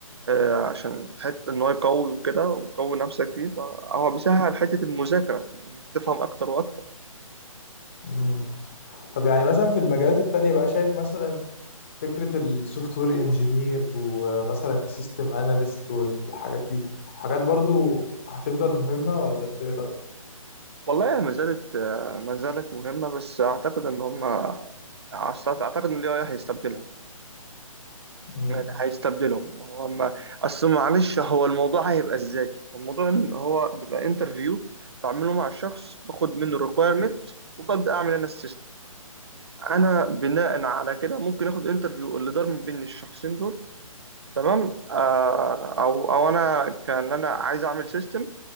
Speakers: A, on the right; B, on the left.
A: آه، عشان حتة إن هو يقوي وكده وقوي نفسك فيه فهو بيسهل حتة المذاكرة إنك تفهم أكتر وأكتر
B: مم. طب يعني مثلا في المجالات التانية بقى شايف مثلا فكرة السوفت وير انجينير ومثلا السيستم اناليست والحاجات دي حاجات برضو هتفضل مهمة ولا انت ايه رأيك؟
A: والله ما زالت ما زالت مهمة بس أعتقد إن هم أعتقد أعتقد إن ال AI هيستبدلها
B: مم.
A: يعني هيستبدلهم هو ما أصل معلش هو الموضوع هيبقى إزاي؟ الموضوع إن هو بيبقى انترفيو بعمله مع الشخص باخد منه الريكويرمنت وببدأ أعمل أنا السيستم أنا بناء على كده ممكن آخد انترفيو اللي دار ما بين الشخصين دول تمام آه أو أو أنا كان أنا عايز أعمل سيستم